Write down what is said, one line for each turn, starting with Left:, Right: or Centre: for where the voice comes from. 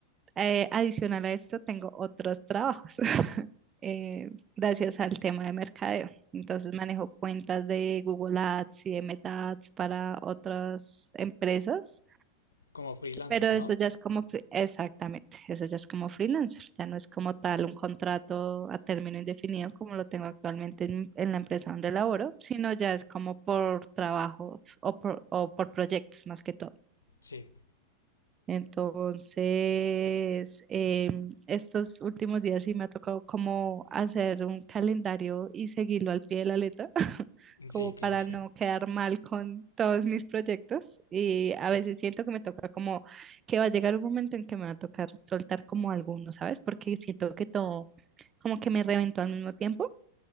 Right: eh, adicional a esto tengo otros trabajos <laughs> eh, gracias al tema de mercadeo. Entonces manejo cuentas de Google Ads y de Meta Ads para otras empresas,
Left: Como freelancer,
Right: pero eso
Left: ¿no?
Right: ya es como, fre- exactamente, eso ya es como freelancer, ya no es como tal un contrato a término indefinido como lo tengo actualmente en, en la empresa donde laboro, sino ya es como por trabajo o por, o por proyectos más que todo.
Left: Sí,
Right: Entonces, em, estos últimos días sí me ha tocado como hacer un calendario y seguirlo al pie de la letra, <laughs> como
Left: sí, claro.
Right: para
Left: <laughs>
Right: no quedar mal con todos mis proyectos. Y a veces siento que me toca como que va a llegar un momento en que me va a tocar soltar como alguno, ¿sabes? Porque siento que todo como que me reventó al mismo tiempo,